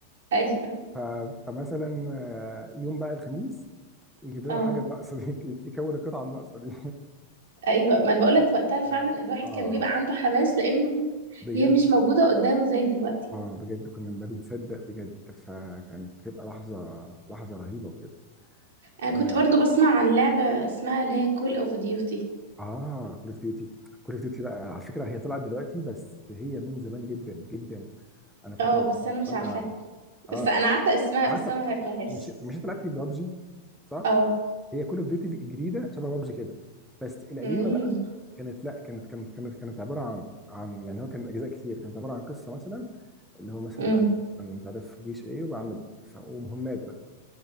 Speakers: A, on the right; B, in the centre.
A: ايوه
B: ف- فمثلا آه، يوم بقى الخميس يجيب لنا
A: اه
B: الحاجه الناقصه دي <laughs> يكون القطعه الناقصه دي
A: ايوه ما
B: <laughs>
A: انا بقول لك وقتها فعلا
B: اه
A: الواحد
B: آه،
A: كان بيبقى عنده حماس لانه
B: بجد
A: هي مش موجوده قدامه زي دلوقتي
B: اه بجد كنا ما بنصدق بجد فكانت بتبقى لحظه لحظه رهيبه بجد
A: انا
B: اه
A: كنت برضو بسمع عن لعبه اسمها اللي هي كول اوف ديوتي
B: اه كول اوف ديوتي كول اوف ديوتي بقى على فكره هي طلعت دلوقتي بس هي من زمان جدا جدا انا كنت
A: اه
B: بلعبها
A: بس انا
B: من وانا
A: مش عارفاها
B: اه
A: بس انا عارفه اسمها
B: عارفه
A: بس انا ما لعبتهاش
B: مش مش انت لعبتي ببجي صح؟
A: اه
B: هي كول اوف ديوتي الجديده شبه ببجي كده بس القديمه
A: امم
B: كانت لا كانت كانت كانت كانت عباره عن عن يعني هو كان اجزاء كتير كانت عباره عن قصه مثلا اللي هو مثلا
A: امم
B: انا مثلاً مش عارف في جيش ايه وبعمل ف- ومهمات بقى